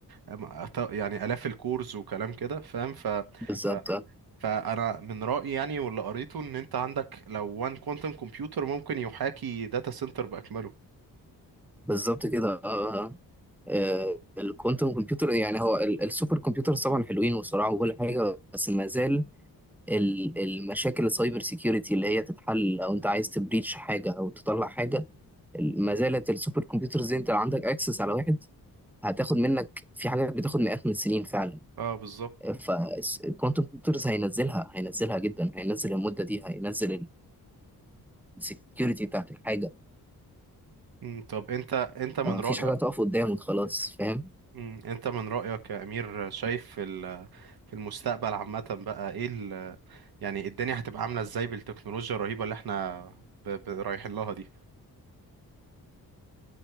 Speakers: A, on the right (about 75°); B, in the centre.
A: أم- أط- يعني آلاف الكورز وكلام كده فاهم ف...
B: بالظبط
A: ف فأنا من رأيي يعني واللي قريته إن أنت عندك لو وان كوانتم كمبيوتر ممكن يحاكي داتا سنتر بأكمله
B: بالظبط كده آه، آه، الكوانتم كمبيوتر يعني هو ال- السوبر كمبيوترز طبعا حلوين وسرعه وكل حاجه بس ما زال ال- المشاكل السايبر سيكيورتي اللي هي تتحل او انت عايز تبريتش حاجه او تطلع حاجه ال- ما زالت السوبر كمبيوترز دي انت لو عندك اكسس على واحد هتاخد منك في حاجات بتاخد مئات من السنين فعلا
A: اه بالظبط
B: فالكوانتم كمبيوترز هينزلها هينزلها جدا هينزل المده دي هينزل السكيورتي بتاعت الحاجه
A: مم، طب انت انت من
B: آه، مفيش
A: رأيك
B: حاجه هتقف قدامك خلاص فاهم
A: مم. انت من رأيك يا امير شايف في ال- في المستقبل عامة بقى ايه ال... يعني الدنيا هتبقى عاملة ازاي بالتكنولوجيا الرهيبة اللي احنا ب... ب... رايحين لها دي